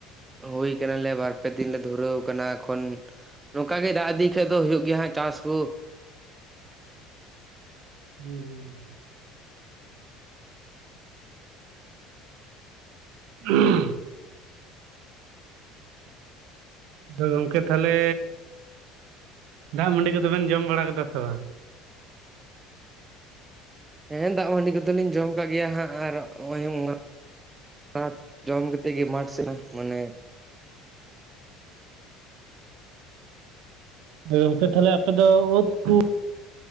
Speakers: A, on the right (about 20°); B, on the right (about 60°).
A: ᱦᱩᱭ ᱠᱟᱱᱟᱞᱮ ᱵᱟᱨᱯᱮ ᱫᱤᱱ ᱞᱮ ᱫᱷᱩᱨᱟᱹᱣ ᱠᱟᱱᱟ᱾ ᱮᱠᱷᱚᱱ ᱱᱚᱝᱠᱟ ᱜᱮ ᱫᱟᱜᱽ ᱤᱫᱤ ᱠᱷᱟᱭ ᱫᱚ ᱦᱩᱭᱩᱜ ᱜᱮᱭᱟ ᱦᱟᱜ ᱪᱟᱥ ᱠᱚ᱾
B: ᱦᱩᱸ ᱦᱩᱸ ᱦᱩᱸ <inaudible> ᱟᱫᱚ ᱜᱚᱝᱠᱮ ᱛᱟᱦᱚᱞᱮ ᱫᱟᱜᱽ ᱢᱟᱹᱰᱤ ᱠᱚᱫᱚᱵᱮᱱ ᱡᱚᱢ ᱵᱟᱲᱟ ᱠᱮᱫᱟ ᱥᱮ ᱵᱟᱝ?
A: ᱦᱮᱸ ᱫᱟᱜ ᱢᱟᱹᱰᱤ ᱠᱚᱫᱚᱞᱤᱧ ᱡᱚᱢ ᱠᱟᱜ ᱜᱮᱭᱟ ᱦᱟᱸᱜ ᱟᱨ ᱱᱚᱜᱼᱚᱭ ᱥᱟᱠ ᱡᱚᱢ ᱠᱟᱛᱮᱫ ᱜᱮ ᱢᱟᱴᱷ ᱥᱮᱫ ᱢᱟᱱᱮ
B: ᱜᱚᱝᱠᱮ ᱛᱟᱠᱦᱮ ᱟᱯᱮ ᱫᱚ ᱳᱫ ᱠᱚ